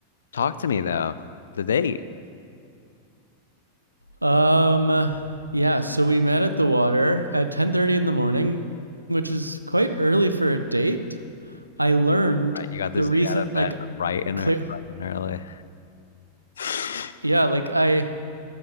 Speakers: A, on the left; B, on the right.
A: talk to me though. The date,
B: Um, yeah. So we met at the water at 10:30 in the morning, which is quite early for a date. I learned
A: right? You got this
B: the reason,
A: dude out of
B: like,
A: bed right in
B: clear.
A: er right and early. <sighs>
B: Yeah, like I